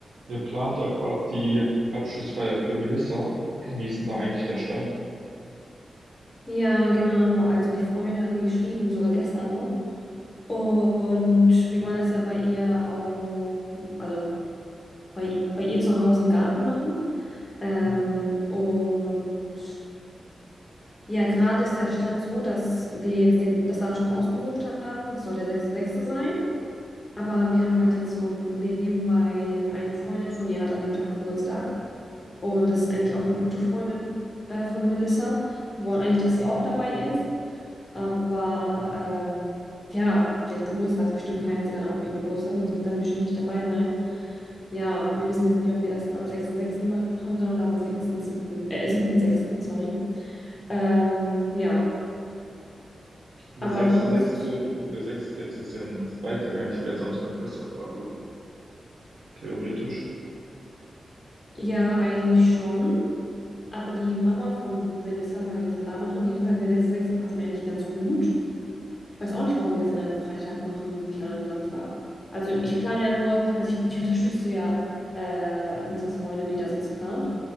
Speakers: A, on the right; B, on the left.
A: Ihr plant ja gerade die Abschlussfeier für Melissa. Wie ist denn da eigentlich der Stand?
B: Ja, genau. Also die Freundin hat mir geschrieben, sogar gestern noch. Und wir wollen das ja bei ihr auf, also bei, bei ihr zu Hause im Garten machen. Ähm,
A: Mhm.
B: und ja, gerade ist der Stand so, dass wir jetzt den, das Datum ausgesucht haben. Das soll der 6.6. sein. Aber wir haben halt jetzt so ein Problem, weil eine Freundin von ihr hat an dem Tag Geburtstag. Und das ist eigentlich auch eine gute Freundin äh, von Melissa. Wir wollen eigentlich, dass sie auch dabei ist. Aber ähm, ja, die hat Geburtstag, bestimmt feiert sie dann auch ihr Geburtstag und sie wird dann bestimmt nicht dabei sein. Ja, wir wissen jetzt nicht, ob wir das dann am 6.6. machen sollen oder am 6.7., äh, 7.6., sorry. Ähm, ja,
A: Der
B: aber
A: sechste,
B: sonst,
A: sechste, der sechste, sechste ist ja ein Freitag. Eigentlich wäre Samstag besser für alle, oder? Theoretisch.
B: ja, eigentlich schon. Aber die Mama von Melissa, weil wir das ja da machen, die hat gesagt, der 6.6. passt mir eigentlich ganz gut. Ich weiß auch nicht, warum wir das an einem Freitag machen, nicht an einem Samstag. Also ich plane ja nur, also ich <laughs> ich unterstütze ja äh, Melissas Freundin, die das jetzt plant.